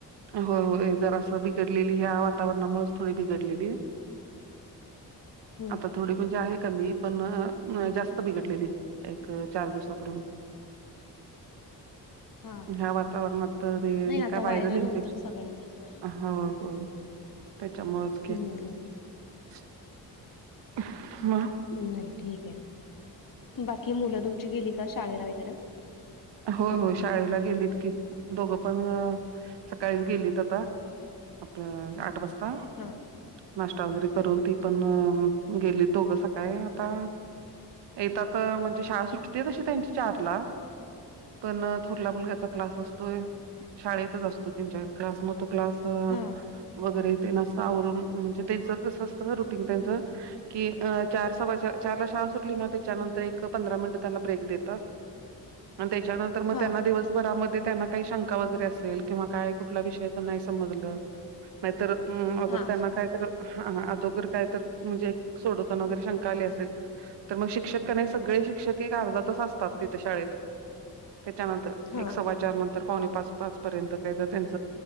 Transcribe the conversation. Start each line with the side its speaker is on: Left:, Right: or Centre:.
Right: होय होय जरासं बिघडलेली ह्या वातावरणामुळेच थोडी बिघडलेली.
Left: हम्म.
Right: आता थोडी म्हणजे आहे कमी पण अह जास्त बिघडलेली एक चार दिवसापूर्वी
Left: हा
Right: ह्या वातावरणात ते
Left: नाही आता
Right: काय व्हायरल इनफे
Left: होतच सगळ्यांच सोडा.
Right: हो हो त्याच्यामुळेच.
Left: हम्
Right: ह <unintelligible>
Left: नाही ठीक आहे, बाकी मुलं तुमची गेली का शाळेला वगैरे.
Right: हो हो शाळेला गेलीत की दोघ पण अ सकाळीच गेलीत आता- आपलं आठ वाजता.
Left: हम
Right: नाश्ता वगैरे करून ती पण अ गेलीत दोघं सकाळी आता- येेतात अ म्हणजे शाळा सुटते तशी त्यांची चार ला पण थोरल्या मुलग्याचा क्लास असतोय शाळेतच असतो त्यांच्या- क्लास म तो क्लास
Left: हा
Right: वगैरे ते न असं आवरून- म्हणजे त्यांचं जसं असतं ना रुटीन त्यांचं- कि चार सवा चारला शाळा सुटली ना त्याच्यानंतर एक पंधरा मिनिट त्यांना ब्रेक देतात- आणि त्याच्यानंतर मग
Left: हा
Right: त्यांना दिवसभरामध्ये- त्यांना काही शंका वगैरे असेल किंवा काय कुठल्या विषयाच नाही समजलं- नाहीतर हम ऑदर
Left: हा
Right: त्यांना काय तर- हा हा अगोदर काय तर म्हणजे सोडवताना वगैरे शंका आली असेल- तर मग शिक्षक काय नाय सगळे शिक्षक एक अर्धा तास असतात तिथे शाळेत. त्याच्यानंतर
Left: हा
Right: एक सवा चार नंतर. तर पावणे पाच, पाच पर्यंत काही तर त्यांच